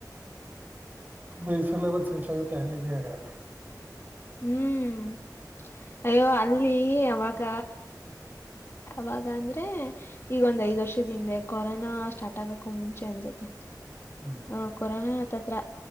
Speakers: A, on the right (about 25°); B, on the left (about 35°).
A: ಮೈಸೂರುಲಾ ಬಂದ ಸೆಂಟ್ಲ್ ಆಗ ಪ್ಲಾನ್ ಇದ ಹಾಗರ
B: ಹ್ಮ್ ಅಯ್ಯೋ ಅಲ್ಲಿ ಅವಾಗ ಅವಾಗ ಅಂದ್ರೆ ಈಗೊಂದ್ ಐದ್ ವರ್ಷದ ಹಿಂದೆ ಕೊರೋನಾ ಸ್ಟಾರ್ಟ್ ಆಗಕ ಮುಂಚೆ ಅನ್ಸತ್ತೆ
A: ಹ್ಮ್
B: ಹ ಕೊರೋನಾ ಅತ್ರತ್ರ